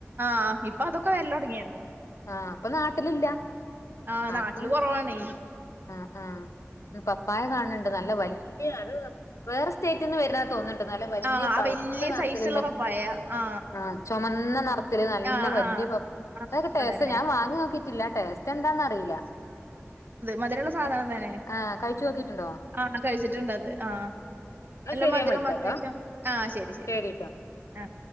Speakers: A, on the right; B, on the left.
A: ആഹ് ഇപ്പൊ അതൊക്കെ വല്ല തുടങ്ങിയി രുന്നു
B: ആഹ് അപ്പൊ നാട്ടിലില്ല
A: ആഹ്
B: ആർക്കും
A: നാട്ടില് കുറവാണേ
B: ആഹ് ആഹ് പപ്പായ കാണണണ്ട് നല്ല വലിയ അത് വേറെ സ്റ്റേറ്റിന്ന് വരന്നാന്ന് തോന്നുന്നു നല്ല വലിയ
A: ആ ആ
B: പഴുത്ത
A: വല്യ
B: നിറത്തിലുള്ള
A: സൈസുള്ള പപ്പായ ആ
B: ആഹ് ചുമന്ന നി ത്തി നല്ല
A: ആ
B: വലിയ
A: ആ
B: പ
A: ആ
B: അതൊക്കെ ടേസ്റ്റ്
A: അതന്നെ
B: ഞാൻ വാങ്ങി നോക്കിട്ടില്ല ടേസ്റ്റ് എന്താന്നറിയില്ല
A: മധുരമുള്ള സാധനം തന്നെ
B: ആഹ് കഴിച്ചു നോക്കിയിട്ടുണ്ടോ
A: ആഹ് കഴിച്ചിട്ടുണ്ട് അത് ആഹ്
B: എന്നാ
A: നല്ല
B: ശരി
A: മധുരവും
B: ഞാൻ വിളിക്കാട്ടോ
A: അത്യാവശ്യം ആഹ് ശരി ശരി
B: ശരിട്ടോ
A: ആഹ്